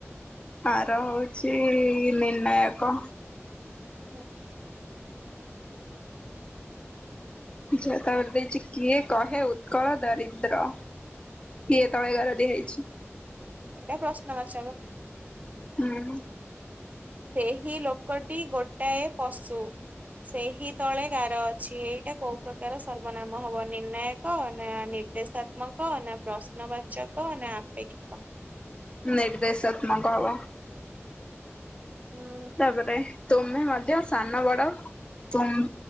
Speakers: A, on the left; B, on the right.
A: ଆର ହଉଚ ନିର୍ଣ୍ଣାୟକ।
B: ହଁ।
A: ଜା ତାପରେ ଦେଇଛି କିଏ କହେ ଉତ୍କଳ ଦରିଦ୍ର। କିଏ ତଳେ ଗାର ଦିଆ ହେଇଛି।
B: ଏଇଟା ପ୍ରଶ୍ନ ବାଚକ।
A: ହୁଁ।
B: ସେହି ଲୋକଟି ଗୋଟାଏ ପଶୁ। ସେହି ତଳେ ଗାର ଅଛି ଏଇଟା କୋଉ ପ୍ରକାର ସର୍ବନାମ ହବ ନିର୍ଣ୍ଣାୟକ ନା ନିର୍ଦ୍ଦେଶ ତ୍ମକ ନା ପ୍ରଶ୍ନବାଚକ ନା ଆପେକ୍ଷିକ।
A: ନିର୍ଦ୍ଦେଶାତ୍ମକ ହବ।
B: ହୁଁ
A: ତାପରେ ତୁମେ ମଧ୍ୟ ସାନ ବଡ ତୁମ